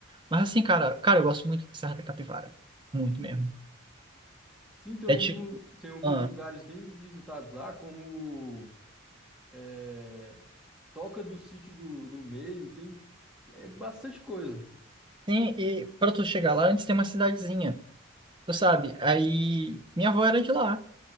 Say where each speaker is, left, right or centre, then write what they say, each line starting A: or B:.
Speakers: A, on the right; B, in the centre.
A: Mas assim, cara, cara, eu gosto muito de Serra da Capivara. Muito mesmo.
B: Sim, tem, algum,
A: É tipo.
B: tem alguns
A: ah,
B: lugares bem visitados lá, como... é, toca do sítio do, do meio, tem é bastante coisa.
A: Sim, e para tu chegar lá, antes tem uma cidadezinha, tu sabe? Aí minha avó era de lá.